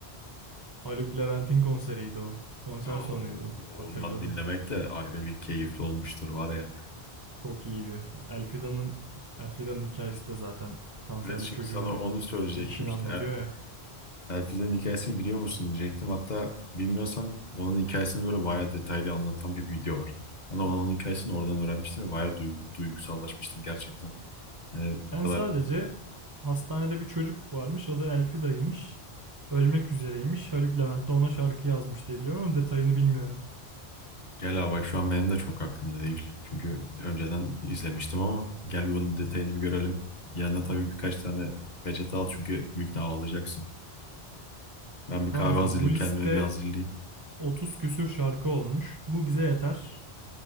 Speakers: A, on the right (about 30°); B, on the left (about 45°).
A: Haluk Levent'in konseriydi o. Konser
B: Ya o-
A: sonuydu. Hatırladım.
B: ondan dinlemek de ayrı bir keyifli olmuştur var ya.
A: Çok iyiydi. Elfidan'ın üf, Elfidan'ın hikayesi de zaten kanserli
B: Evet şimdi
A: çocuğun
B: sana onu söyleyecektim.
A: gidişini
B: Şimdi
A: anlatıyor
B: Er-
A: ya.
B: Elfiz'in hikayesini biliyor musun diyecektim. Hatta bilmiyorsan onun hikayesini böyle bayağı detaylı anlatan bir video var. Ben onun hikayesini oradan öğrenmiştim ve bayağı duygu, duygusallaşmıştım gerçekten. Yani bu
A: Ben
B: kadar
A: sadece hastanede bir çocuk varmış. Adı Elfida'ymış. Ölmek üzereymiş. Haluk Levent de ona şarkı yazmış diye biliyorum ama detayını bilmiyorum.
B: gel abi bak şu an benim de çok aklımda değil. Çünkü önceden izlemiştim ama gel bir bunun detayını bir görelim. Yanına tabii birkaç tane peçete al çünkü büyük ihtimalle ağlayacaksın. Ben bir kahve
A: Tamam o zaman
B: hazırlayayım
A: bu liste
B: kendime bir hazırlayayım.
A: 30 küsür şarkı olmuş. Bu bize yeter.